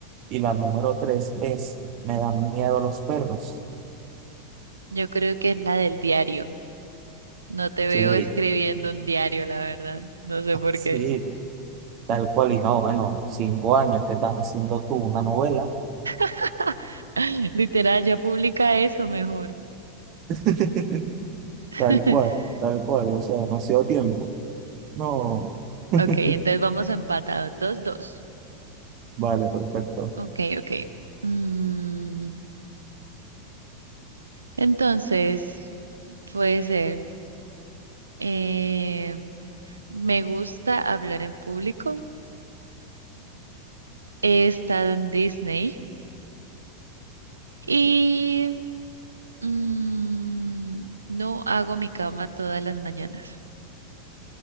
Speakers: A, on the right; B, on the right.
A: Y la número tres es, me dan miedo los perros.
B: Yo creo que es la del diario. No te veo
A: Sí,
B: escribiendo un diario, la verdad. No sé por
A: sí,
B: qué.
A: tal cual. Y no, bueno, cinco años que estás haciendo tú una novela.
B: <laughs> Literal, ya publica eso mejor.
A: <laughs>
B: <laughs>
A: Tal cual, tal cual, o sea, demasiado tiempo. No. <laughs>
B: Ok, entonces vamos empatados. Dos, dos.
A: Vale, perfecto.
B: Ok, ok. Mm, entonces, puede ser. eh, me gusta hablar en público. He estado en Disney. Y mm, no hago mi cama todas las mañanas.